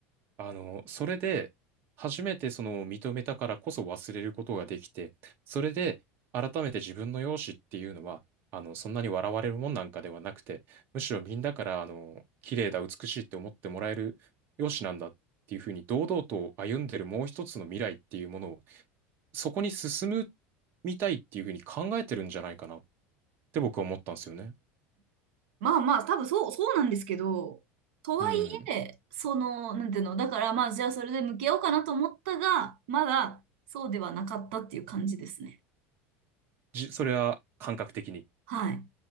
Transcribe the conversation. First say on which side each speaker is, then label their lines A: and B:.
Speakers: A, on the right (about 35°); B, on the right (about 75°).
A: あの、それで初めてその認めたからこそ忘れることができて、それで改めて自分の容姿っていうのは、あの、そんなに笑われるもんなんかではなくて、むしろみんなから、あの、綺麗だ、美しいって思ってもらえる容姿なんだっていうふうに堂々と歩んでるもう一つの未来っていうものをそこに進むみたいっていうふうに考えてるんじゃないかなって僕は思ったんですよね。
B: まあまあ、多分そう、そうなんですけど、とはいえ、
A: うん。
B: その、なんていうの、だからまあ、じゃあそれで向き合おうかなと思ったが、まだそうではなかったっていう感じですね。
A: じ、それは感覚的に。
B: はい。